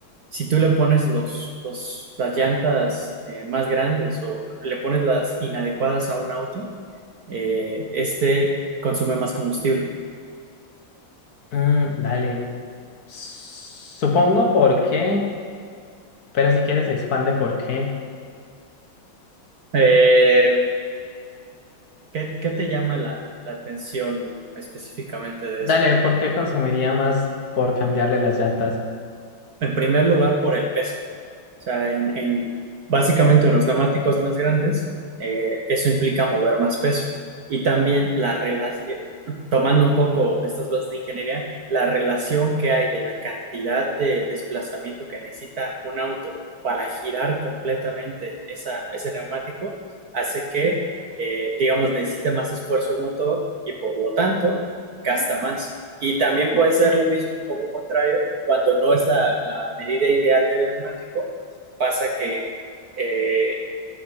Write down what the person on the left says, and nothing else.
Mm, dale. Supongo por qué, pero si quieres expande por qué.
Dale,
¿por qué consumiría más por cambiarle las llantas?